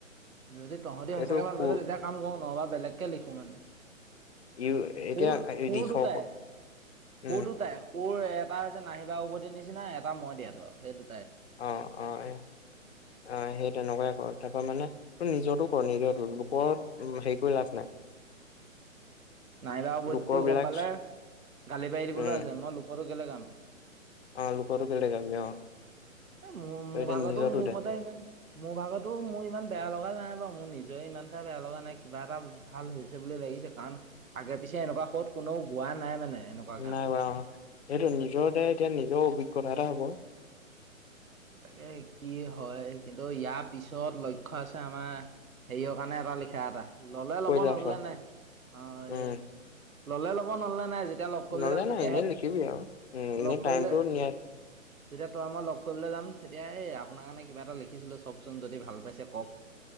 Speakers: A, on the right; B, on the left.
A: যদি তহঁতি সঁচাকে
B: এইটো
A: ভাল
B: সু
A: পাইছে তেতিয়া কাম কৰো নহবা বেলেগকে লিখো মানে।
B: ইউ এতিয়া
A: সুৰ সুৰ
B: লিখক
A: দুটাই সুৰ
B: উম
A: দুটাই। সুৰ এটা হৈছে নাহিবা উভতি নিচিনা এটা মই দিয়াতো আৰু সেইটো
B: অ অ এ। অ সেই তেনেকুৱাই কৰ তাৰ পৰা মানে তোৰ নিজৰটো কৰ নিজৰটো লোক হেৰি কৰি লাভ নাই। <unintelligible>
A: নাইবা উভতিটো
B: লোকৰ বিলাক
A: গম পালে, গালি পাৰি দিবলৈ
B: উম
A: আছে মই লোকৰটো কেলে গাম।
B: অ লোকৰটো কেলে গাবি অ।
A: এ মোৰ
B: তই
A: মোৰ
B: এতিয়া
A: ভাগতো
B: নিজৰটো
A: মোৰ
B: দে
A: মতে এনেই। মোৰ ভাগতো মোৰ ইমান বেয়া লগা নাই বাৰু মোৰ নিজৰে ইমান এটা বেয়া লগা নাই। কিবা এটা ভাল হৈছে বুলি লাগিছে কাৰণ আগে পিছে এনেকুৱা সুত কোনেও গোৱা নাই মানে এনেকুৱা গান
B: নাই বাৰু অ, সেইটো নিজৰতে এতিয়া নিজৰ অভিজ্ঞতা এটা হ'ব।
A: তাকে কি হয় কিন্তু ইয়াৰ পিছত লক্ষ্য আছে আমাৰ। হেৰিয়ৰ কাৰণে এটা লিখা এটা। ললে ল'ব
B: কৈ লাভ
A: নললে
B: আৰু
A: নাই অ
B: উম
A: এই ললে ল'ব নলে নাই যি তেতিয়া লগ কৰিবলে
B: নহ'লে
A: যাম
B: নাই
A: তেতিয়াহে
B: এনেই লিখিবি আৰু উম এনেই
A: লগ কৰিবলে
B: টাইমটো নিয়াই
A: তেতিয়া তই মই লগ কৰিবলে যাম। তেতিয়া এই আপোনাৰ কাৰণে কিবা এটা লিখিছিলোঁ চকচোন যদি ভাল পাইছে কওক।